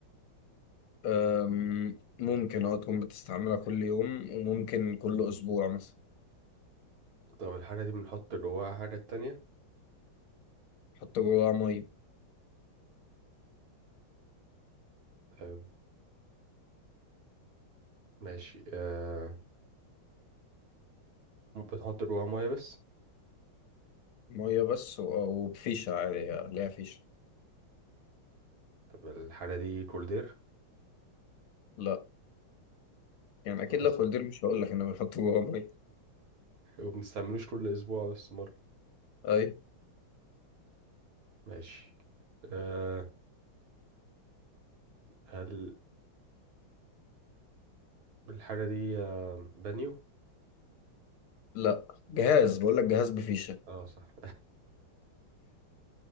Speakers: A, on the left; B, on the right.
A: أم، ممكن اه تكون بتستعملها كل يوم وممكن كل أسبوع مثلا
B: طب الحاجة دي بنحط جواها حاجة تانية
A: حط جواها مية
B: آه، ماشي آه، بنحط جواها مية بس
A: مية بس و- وبفيشة عادي ليها فيشة
B: طب الحاجة دي كولدير
A: لا يعني أكيد
B: لا
A: لو
B: أصلا
A: قلت لي مش هقول لك إن بنحط جواها مية
B: <laughs> وبنستعملوش كل أسبوع بس مرة
A: أي
B: ماشي آه، هل الحاجة دي آه، بانيو
A: لا جهاز بقول لك جهاز بفيشة
B: اه صح